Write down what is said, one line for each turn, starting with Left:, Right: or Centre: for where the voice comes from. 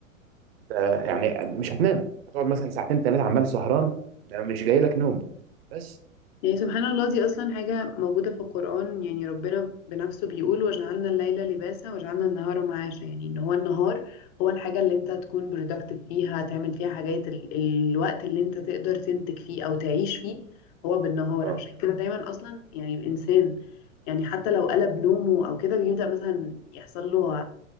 Right: انت يعني مش هتنام هتقعد مثلا ساعتين ثلاثه عمال سهران ما- مش جاي لك نوم بس
Left: يعني سبحان الله دي أصلا حاجة موجودة في القرآن يعني ربنا بنفسه بيقول وجعلنا الليل لباسا وجعلنا النهار معاشا يعني إن هو النهار هو الحاجة اللي أنت تكون productive فيها تعمل فيها حاجات ال... الوقت اللي أنت تقدر تنتج فيه أو تعيش فيه هو بالنهار
Right: اه
Left: عشان كده دايما أصلا يعني الإنسان يعني حتى لو قلب نومه أو كده بيبدأ مثلا يحصل له